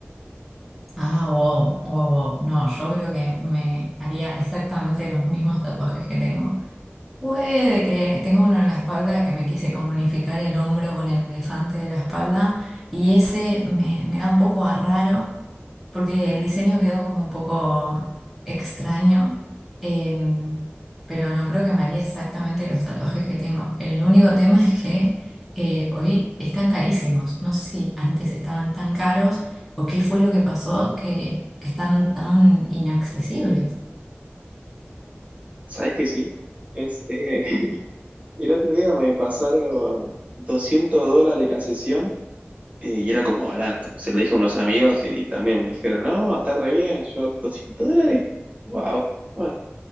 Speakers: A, in the centre; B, on the right.
A: Ah, wow, wow, wow. No, yo creo que me haría exactamente los mismos tatuajes que tengo. Puede que tengo uno en la espalda que me quise como unificar el hombro con el elefante de la espalda y ese me, me da un poco a raro porque el diseño quedó como un poco extraño, em, pero no creo que me haría exactamente los tatuajes que tengo. El único tema es que eh, hoy están carísimos. No sé si antes estaban tan caros o qué fue lo que pasó que, que están tan inaccesibles.
B: ¿Sabes que sí? Este, <laughs> el otro día me pasaron 200 dólares la sesión Eh, y era como barato. Se lo dije a unos amigos y también me dijeron, no, está re bien, yo 200 dólares. Wow. Bueno,